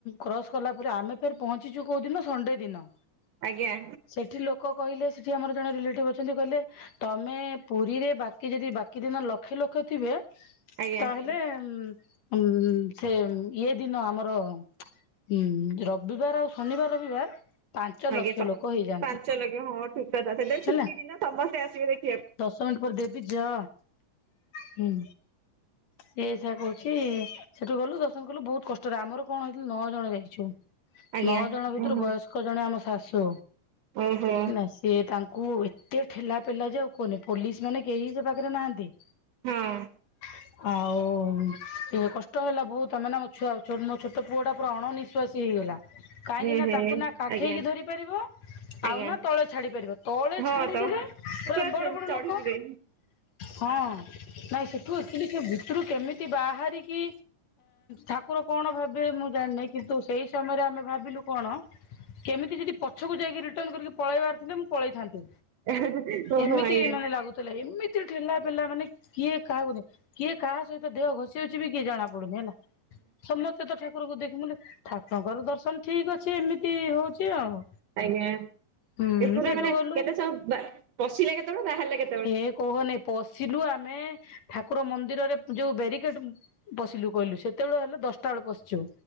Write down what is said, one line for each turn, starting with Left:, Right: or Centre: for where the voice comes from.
Left: କ୍ରସ କଲା ପରେ ଆମେ ଫେର ପହଞ୍ଚିଛୁ କୋଉ ଦିନ ସଣ୍ଡେ ଦିନ।
Right: ଆଜ୍ଞା।
Left: ସେଠି ଲୋକ କହିଲେ ସେଠି ଆମର ଜଣେ ରିଲେଟିଭ ଅଛନ୍ତି କହିଲେ ତମେ ପୁରୀରେ ବାକି ଯଦି ବାକି ଦିନ ଲକ୍ଷେ ଲୋକ ଥିବେ।
Right: ଆଜ୍ଞା।
Left: ତାହେଲେ ଉ ସେ ଇଏ ଦିନ ଆମର ହୁଁ ରବିବାର ଆଉ ଶନିବାର ରବିବାର ପାଞ୍ଚ
Right: ଆଜ୍ଞା
Left: ଲକ୍ଷ ଲୋକ ହେଇଯାଆନ୍ତି
Right: ପାଞ୍ଚ ଲକ୍ଷ ହଁ ଠିକ କଥା ସେ
Left: ହେଲା
Right: ଛୁଟି ଦିନ ତମସ୍ତେ ଆସିବେ ଦେଖ
Left: ଦଶ ମିନିଟ୍ ପରେ ଦେବି ଯା ହୁଁ।
Right: ହ
Left: ସେ ସେଆ କହୁଛି ସେଠୁ ଗଲୁ ଦର୍ଶନ କଲୁ ବହୁତ କଷ୍ଟରେ ଆମର କଣ ହେଇଥିଲୁ ନଅ ଜଣ ଯାଇଛୁ।
Right: ଆଜ୍ଞା
Left: ନଅ ଜଣ ଭିତରୁ
Right: ଓହୋ
Left: ବୟସ୍ କ ଜଣେ ଆମ ଶାଶୁ
Right: ଓହୋ
Left: ନା ସିଏ ତାଙ୍କୁ ଏତେ ଠେଲା ପେଲା ଯାଉ କୁହନି ପୋଲିସ ମାନେ କେହି ସେ ପାଖରେ ନାହାନ୍ତି।
Right: ହଁ।
Left: ଆଉ ସେୟା କଷ୍ଟ ହେଲା ବହୁତ ତମେ ମୋ ଛୁଆ ମୋ ଛୋଟ ପୁଅ ଟା ପୁରା ଅଣନିଶ୍ଵାସୀ ହେଇଗଲା। କାହିଁକିନା
Right: ହୁଁ ହୁଁ
Left: ତାକୁ ନା କାଖେଇକି
Right: ଆଜ୍ଞା
Left: ଧରିପାରିବ
Right: ଆଜ୍ଞା
Left: ଆଉ ନା ତଳେ ଛାଡି ପାରିବ, ତଳେ
Right: ହଁ
Left: ଛାଡିଦେଲେ
Right: ତ ସେ ପୁରା
Left: ବଡ଼ ବଡ଼
Right: ଚଢିଯିବେ।
Left: ଲୋକ, ହଁ ନାଇଁ ସେଠୁ ଅକ୍ଚୁଲି ସେ ଭିତୁରୁ କେମିତି ବାହାରିକି ଠାକୁର କଣ ଭାବିବେ ମୁଁ ଜାଣିନେଇ କିନ୍ତୁ ସେଇ ସମୟରେ ଆମେ ଭାବିଲୁ କଣ କେମିତି ଯଦି ପଛକୁ ଯାଇକି ରିଟର୍ଣ କରିକି ପଳେଇବାର ଥିଲେ ମୁଁ ପଳେଇଥାନ୍ତି।
Right: <unintelligible>
Left: ଏମିତି
Right: ଆଜ୍ଞା
Left: ମାନେ ଲାଗୁ ଥିଲା ଏମିତି ଠେଲା ପେଲା ମାନେ କିଏ କାହାକୁ କିଏ କାହା ସହିତ ଦେହ ଘଷି ହଉଛି ବି କିଏ ଜଣା ପଡୁନି ହେଲା, ସମସ୍ତେ ତ ଠାକୁରକୁ ଦେଖମୁ ଠାକୁରଙ୍କର ଦର୍ଶନ ଠିକ ଅଛି ଏମିତି ହଉଛି ଆଉ।
Right: ଆଜ୍ଞା,
Left: ହୁଁ
Right: ଏ ପୁରା
Left: ସେଇଠୁ
Right: ମାନେ
Left: ଗଲୁ
Right: କେତେ ସବୁ ସମ ପଶିଲେ କେତେବେଳେ ବାହାରଲେ କେ
Left: ଏ କହନାଇଁ ପଶିଲୁ ଆମେ ଠାକୁର ମନ୍ଦିରରେ ଯୋଉ ବ୍ୟାରିକେଡ ପଶିଲୁ କହିଲୁ ସେତେବେଳେ ହେଲେ ଦଶଟା ବେଳେ ପଶଛୁ।